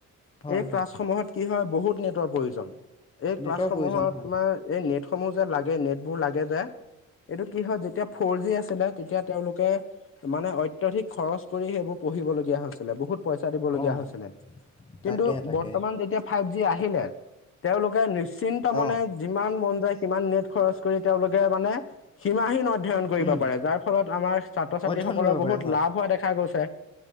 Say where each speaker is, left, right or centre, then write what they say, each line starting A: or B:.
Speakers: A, on the left (about 15°); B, on the left (about 45°).
A: হয়,
B: এই
A: হয়,
B: ক্লাছসমূহত কি হয় বহুত নেটৱ প্ৰয়োজন এই
A: নেটৰ
B: ক্লাছসমূহত,
A: প্ৰয়োজন হয়,
B: তোমাৰ এই নেট সমূহ যে লাগে নেটবোৰ লাগে যে এইটো কি হয় যেতিয়া ফৰ জি আছিলে তেতিয়া তেওঁলোকে মানে অত্যধিক খৰচ কৰি সেইবোৰ পঢ়িবলগীয়া হৈছিলে বহুত পইচা দিবলগীয়া
A: অঁ।
B: হৈছিলে কিন্তু
A: তাকে, তাকে,
B: বৰ্তমান যেতিয়া ফাইভ জি আহিলে তেওঁলোকে নিশ্চিন্ত মান
A: অঁ,
B: যিমান মন যায় সিমান নেট খৰচ কৰি তেওঁলোকে মানে সীমাহীন অধ্যয়ন কৰিব
A: উম,
B: পাৰে যাৰ ফলত আমাৰ ছাত্ৰ ছাত্ৰীসকলৰ
A: অধ্যয়ন কৰিব
B: বহুত
A: পাৰে হয়।
B: লাভ হোৱা দেখা গৈছে